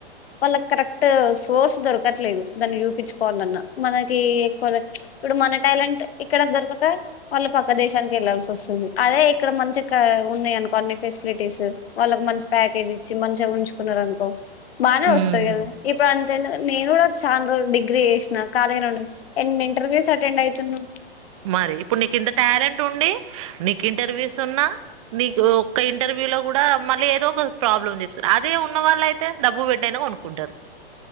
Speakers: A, on the left (about 70°); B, on the right (about 35°).
A: వాళ్ళ కరెక్ట్ సోర్స్ దొరకట్లేదు దాన్ని చూపించుకోవాలన్నా మనకి ఎక్కువ ఇప్పుడు మన టాలెంట్ ఇక్కడ దొరకక వాళ్ళు పక్క దేశానికి వెళ్ళాల్సి వస్తుంది అదే ఇక్కడ మంచి ఉన్నాయి అనుకో అన్ని ఫెసిలిటీస్ వాళ్ళకి మంచి ప్యాకేజ్ ఇచ్చి మంచిగా ఉంచుకున్నారు అనుకో బానే
B: ఉమ్
A: వస్తాయి కదా ఇప్పుడు అంత ఎందుకు నేన్ కూడా చాన రోజు డిగ్రీ చెసినా ఖాళీగానే ఉన్న ఎన్ని ఇంటర్వ్యూస్ అటెండ్ అవుతున్నా
B: మరి ఇప్పుడు నీకు ఇంత టాలెంట్ ఉండి నీకు ఇంటర్వ్యూస్ ఉన్నా మీకు ఒక్క ఇంటర్వ్యూ లో కూడా మళ్ళీ ఏదో ఒక ప్రాబ్లమ్ ఉంది అదే ఉన్న వాళ్ళ అయితే డబ్బు పెట్టి అయినా కొనుకుంటారు